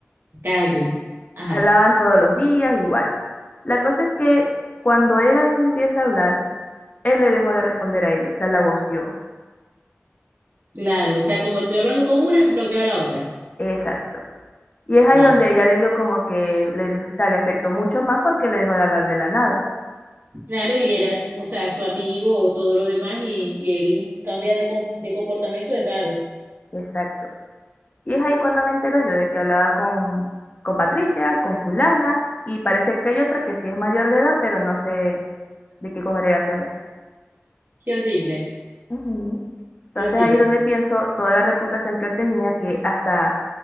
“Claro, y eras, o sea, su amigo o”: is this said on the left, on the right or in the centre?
Right